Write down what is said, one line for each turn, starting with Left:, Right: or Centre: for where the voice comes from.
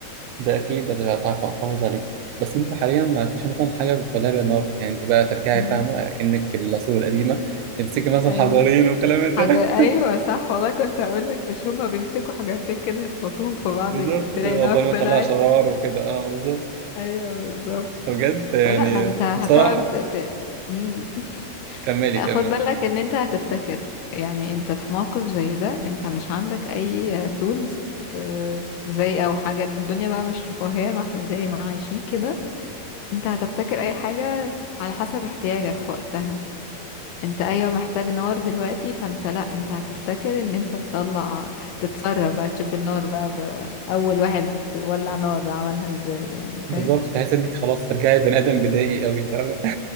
Right: ده اكيد انا هتعرف احافظ عليك بس انت حاليا ما عندكيش مثلا حاجه بتولع بيها نار يعني انت بقى ترجعي
Left: مم.
Right: فاهمه اكنك في العصور القديمه تمسكي مثلا
Left: ايوه
Right: حجرين وكلام من
Left: حاجة
Right: ده <laughs>
Left: ايوه صح والله كنت هقول لك مش هما بيمسكوا حاجتين كده يخبطوهم في بعض
Right: بالظبط
Left: تلاقي
Right: عقبال
Left: نار طلعت
Right: ما تطلع شرار وكده اه بالظبط
Left: ايوه بالظبط
Right: بجد يعني
Left: فلا ما انت هتقعد
Right: بصراحه
Left: ت... مم.
Right: كملي
Left: <laughs>
Right: كملي
Left: خد بالك ان انت هتفتكر يعني انت في موقف زي ده انت مش عندك اي تولز زي او حاجة الدنيا بقى مش رفاهية ما احنا زي ما عايشين كده انت هتبتكر اي حاجة على حسب احتياجك في وقتها انت ايوه محتاج نار دلوقتي فانت لا انت هتفتكر ان انت تطلع تتسرب بقى تشوف النار بقى, بقى اول واحد ولع نار عملها ازاي يعني
Right: بالظبط
Left: فاهم
Right: تحس انك خلاص ترجعي بني ادم بدائي قوي فاهمه